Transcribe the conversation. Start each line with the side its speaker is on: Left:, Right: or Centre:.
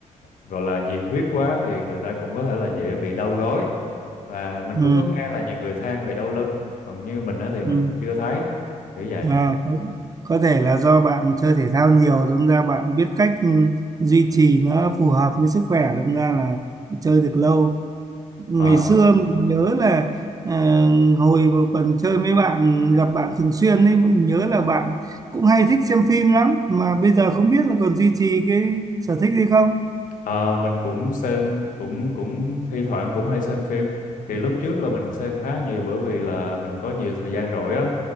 Left: gọi là nhiệt huyết quá thì người ta cũng có thể là dễ bị đau gối và mình
Right: ừ,
Left: cũng có nghe là nhiều người than về đau lưng còn như mình á thì mình
Right: ừ.
Left: chưa thấy kiểu vậy
Right: À, có, có thể là do bạn chơi thể thao nhiều, đâm ra bạn biết cách ừ, duy trì nó phù hợp với sức khỏe, đâm ra là chơi được lâu. Ngày
Left: Ờ,
Right: xưa mình nhớ là à, hồi vào còn chơi với bạn, gặp bạn thường xuyên ấy, mình nhớ là bạn cũng hay thích xem phim lắm, mà bây giờ không biết là còn duy trì cái sở thích gì không?
Left: ờ, mình cũng xem cũng cũng thi thoảng cũng hay xem phim thì lúc trước là mình xem khá nhiều bởi vì là mình có nhiều thời gian rỗi á